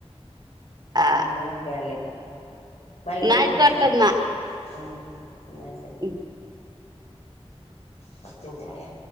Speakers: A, on the right (about 40°); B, on the left (about 80°).
A: ആ
B: പാർന്നോക്കിയാല് മല്ലിചെപ്പു
A: എന്നായിക്കോട്ടെന്നാ
B: എട്ത്തോ ഉം എന്നാ ശരി.
A: <inaudible>
B: പത്ത് മിനിറ്റ് ആയോ